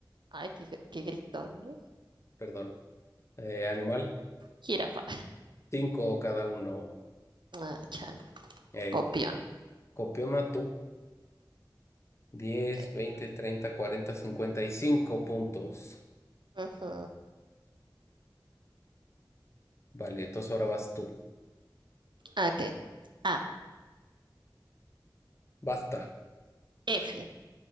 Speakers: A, on the right; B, on the left.
A: Ay, qué, qué gritón, ¿eh?
B: perdón, eh, animal,
A: Jirafa.
B: cinco cada uno.
A: Ah, chan.
B: Eh,
A: Copión.
B: copiona tú, diez,
A: Ok.
B: veinte, treinta, cuarenta, cincuenta y cinco puntos.
A: Ujú.
B: Vale, entonces ahora vas tú.
A: Ok. A.
B: Basta,
A: F.